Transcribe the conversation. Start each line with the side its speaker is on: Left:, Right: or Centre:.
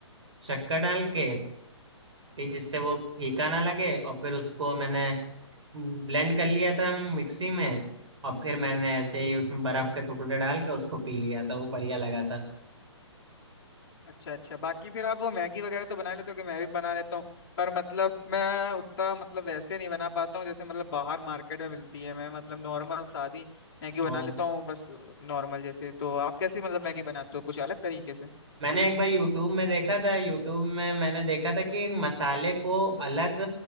Right: शक्कर डाल के टी जिससे वो फीका ना लगे और फिर उसको मैंने ब्लेंड कर लिया था मिक्सी में और फिर मैंने ऐसे ही उसमें बर्फ के टुकड़े डाल के उसको पी लिया था वो बढ़िया लगा था
Left: अच्छा अच्छा बाकी फिर आप वो मैगी वगैरह तो बना लेते हो कि मैं भी बना लेता हूँ पर मतलब मैं उतना मतलब वैसे नहीं बना पाता हूँ जैसे मतलब बाहर मार्केट में मिलती है मैं मतलब नॉर्मल सादी मैगी बना
Right: हाँ
Left: लेता हूँ बस नॉर्मल जैसे तो आप कैसे मतलब मैगी बनाते हो कुछ अलग तरीके से
Right: मैंने एक बार यूट्यूब में देखा था यूट्यूब में मैंने देखा था कि मसाले को अलग